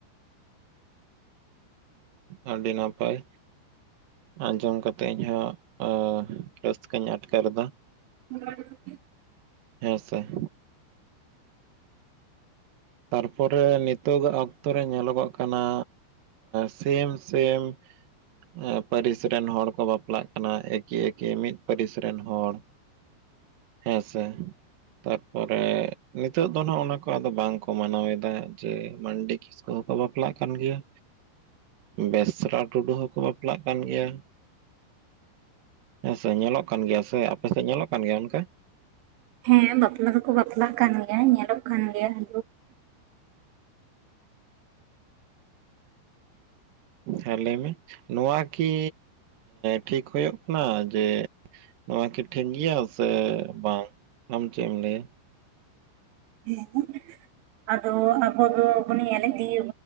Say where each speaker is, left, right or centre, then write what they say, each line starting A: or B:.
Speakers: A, on the right (about 55°); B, on the right (about 80°).
A: ᱟᱹᱰᱤ ᱱᱟᱯᱟᱭ᱾ ᱟᱸᱡᱚᱢ ᱠᱟᱛᱮᱜ ᱤᱧ ᱦᱚᱸ ᱚᱸ ᱨᱟᱹᱥᱠᱟᱹᱧ ᱟᱴᱠᱟᱨ ᱫᱟ᱾
B: <inaudible>
A: ᱦᱮᱸ ᱥᱮ᱾ ᱛᱟᱨ ᱯᱚᱨᱮ ᱱᱤᱛᱚᱜ ᱟᱜ ᱚᱠᱛᱚ ᱨᱮ ᱧᱮᱞᱚᱜᱚᱜ ᱠᱟᱱᱟ ᱥᱮᱢ ᱥᱮᱢ ᱮᱸ ᱯᱟᱹᱨᱤᱥ ᱨᱮᱱ ᱦᱚᱲ ᱠᱚ ᱵᱟᱯᱞᱟᱜ ᱠᱟᱱᱟ ᱮᱠᱤ ᱮᱠᱤ ᱢᱤᱫ ᱯᱟᱹᱨᱤᱥ ᱨᱮᱱ ᱦᱚᱲ᱾ ᱦᱮᱸ ᱥᱮ ᱛᱟᱨᱯᱚᱨᱮ ᱱᱤᱛᱚᱜ ᱫᱚ ᱱᱚᱜ ᱱᱟ ᱠᱚ ᱟᱫᱚ ᱵᱟᱝ ᱠᱚ ᱠᱚ ᱢᱟᱱᱟᱣ ᱮᱫᱟ ᱡᱮ ᱢᱟᱱᱰᱤ ᱠᱤᱥᱠᱩ ᱦᱚᱸᱠᱚ ᱵᱟᱯᱞᱟᱜ ᱠᱟᱱ ᱜᱮᱭᱟ᱾ ᱵᱮᱥᱨᱟ ᱴᱩᱰᱩ ᱦᱚᱸᱠᱚ ᱵᱟᱯᱞᱟᱜ ᱠᱟᱱ ᱜᱮᱭᱟ᱾ ᱦᱮᱸ ᱥᱮ ᱧᱮᱞᱚᱜ ᱠᱟᱱ ᱜᱮᱭᱟ ᱥᱮ, ᱟᱯᱮ ᱥᱮᱫ ᱧᱮᱞᱚᱜ ᱠᱟᱱ ᱜᱮᱭᱟ ᱚᱱᱠᱟ?
B: ᱦᱮᱸ ᱵᱟᱯᱞᱟ ᱫᱚᱠᱚ ᱵᱟᱯᱞᱟᱜ ᱠᱟᱱ ᱜᱮᱭᱟ ᱧᱮᱞᱚᱜ ᱠᱟᱱ ᱜᱮᱭᱟ <inaudible>
A: ᱦᱮᱸ ᱞᱟᱹᱭ ᱢᱮ, ᱱᱚᱣᱟ ᱠᱤ ᱴᱷᱤᱠ ᱦᱩᱭᱩᱜ ᱠᱟᱱᱟ? ᱡᱮ ᱱᱚᱣᱟ ᱠᱤ ᱴᱷᱤᱠ ᱜᱮᱭᱟ ᱥᱮ ᱵᱟᱝ ᱟᱢ ᱪᱮᱫ ᱮᱢ ᱞᱮᱭᱟ?
B: ᱦᱮᱸ ᱟᱫᱚ ᱟᱵᱚ ᱫᱚ <inaudible> ᱮᱱᱮᱡ ᱫᱤᱭᱮ <inaudible>